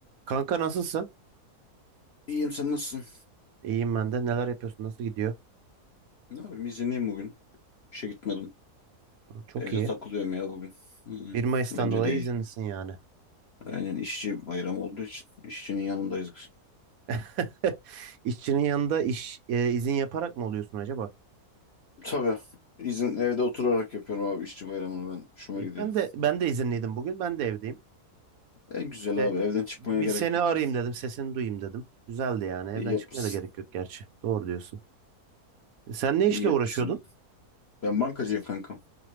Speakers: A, on the right; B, on the left.
A: Kanka nasılsın?
B: İyiyim sen nasılsın?
A: İyiyim ben de. Neler yapıyorsun? Nasıl gidiyor?
B: Ne yapayım izinliyim bugün. İşe gitmedim.
A: Çok
B: Evde
A: iyi.
B: takılıyorum ya bugün. Hı hı.
A: 1 Mayıs'tan
B: Bence
A: dolayı
B: de iyi.
A: izinlisin yani.
B: Aynen işçi bayramı olduğu için işçinin yanındayız. biz.
A: <laughs> İşçinin yanında iş e, izin yaparak mı oluyorsun acaba?
B: Tabii. İzin evde oturarak yapıyorum abi işçi bayramını ben. Hoşuma
A: İyi.
B: gidiyor.
A: Ben de ben de izinliydim bugün. Ben de evdeyim.
B: En güzel
A: İşte
B: abi evden çıkmaya
A: bir
B: gerek
A: seni
B: yok.
A: arayayım dedim. Sesini duyayım dedim. Güzeldi yani. Evden
B: İyi yapmışsın.
A: çıkmaya da gerek yok gerçi. Doğru diyorsun. E, sen ne işle
B: İyi yapmışsın.
A: uğraşıyordun?
B: Ben bankacıyım kankam.